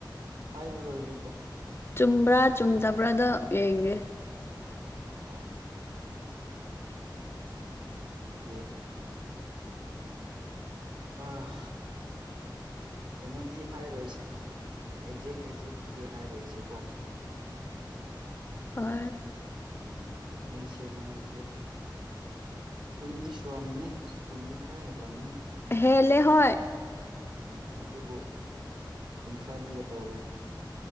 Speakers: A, on the right; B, on the left.
A: ꯍꯥꯏꯔꯣꯏꯒꯦꯗ
B: ꯆꯨꯝꯕ꯭ꯔꯥ ꯆꯨꯝꯗꯕ꯭ꯔꯥꯗꯣ ꯌꯦꯡꯒꯦ
A: ꯑꯣ ꯑꯗꯨꯗꯤ ꯑꯥ ꯀꯩꯅꯣꯗꯤ ꯍꯥꯏꯔꯣꯏꯁꯦ ꯑꯦꯛꯖꯦꯛ ꯑꯦꯛꯖꯦꯛꯇꯨꯗꯤ ꯍꯥꯏꯔꯣꯏꯁꯦ ꯀꯣ
B: ꯍꯣꯏ
A: ꯎꯝ ꯑꯩꯁꯦ ꯅꯪꯖꯦ ꯀꯨꯟꯗꯤ ꯁꯨꯔꯝꯅꯤ ꯀꯨꯟꯗꯤ ꯈꯔ ꯍꯦꯜꯂꯝꯃꯅꯤ
B: ꯍꯦꯜꯂꯦ ꯍꯣꯏ
A: ꯎꯝ ꯑꯗꯨꯕꯨ ꯀꯨꯟꯊ꯭ꯔꯥꯗꯤ ꯌꯧꯔꯣꯏ